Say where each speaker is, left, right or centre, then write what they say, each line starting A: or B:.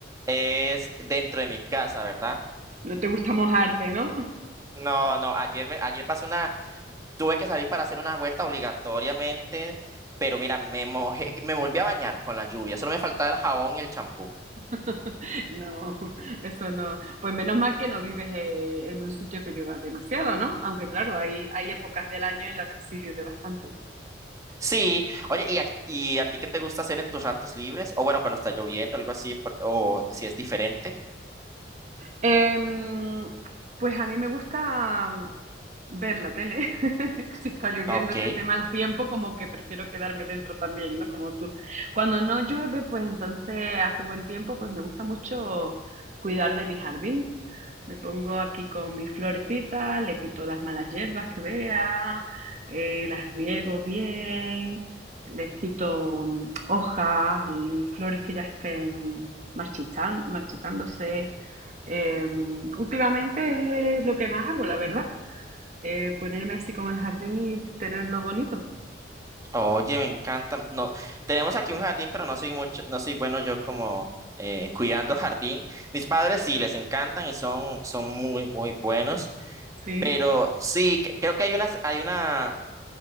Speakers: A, on the right; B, on the right.
A: es dentro de mi casa, ¿verdad?
B: No te gusta mojarte, ¿no?
A: No, no, ayer me, ayer pasé una, tuve que salir para hacer una vuelta obligatoriamente, pero mira, me mojé, me volví a bañar con la lluvia, solo me faltaba el jabón y el champú.
B: <laughs> No, eso no. Pues menos mal que no vives eh, en un sitio que llueva demasiado, ¿no? Aunque claro, hay, hay épocas del año en las que sí llueve bastante, ¿no?
A: Sí, oye, ¿y a, y a ti qué te gusta hacer en tus ratos libres? O bueno, cuando está lloviendo, algo así, por- o si es diferente.
B: Em, pues a mí me gusta ver la tele. <laughs> si está lloviendo,
A: Ok.
B: si hace mal tiempo, como que prefiero quedarme dentro también, ¿no? Como tú. Cuando no llueve, pues entonces hace buen tiempo, pues me gusta mucho cuidar de mi jardín. Me pongo aquí con mis florecitas, le quito las malas hierbas que vea, eh, las riego bien, les quito mm, hojas y flores que ya estén marchitan- marchitándose. Em, últimamente es lo que más hago, la verdad eh, ponerme así como el jardín y tenerlo bonito.
A: Oye, me encanta. No, tenemos aquí un jardín, pero no soy mucho, no soy bueno yo como eh, cuidando <laughs> jardín. Mis padres sí les encantan y son, son muy, muy buenos.
B: Sí,
A: Pero sí, c- creo que hay una, hay una,